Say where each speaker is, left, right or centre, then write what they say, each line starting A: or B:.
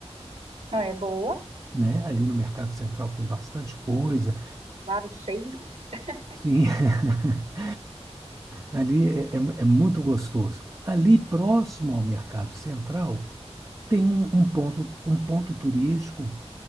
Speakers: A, on the right; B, on the right.
A: Não, É boa,
B: né? Ali no Mercado Central tem bastante coisa.
A: vários cheiros. <laughs>
B: Sim, <laughs> ali é, é, é muito gostoso. Ali próximo ao Mercado Central tem um, um ponto, um ponto turístico,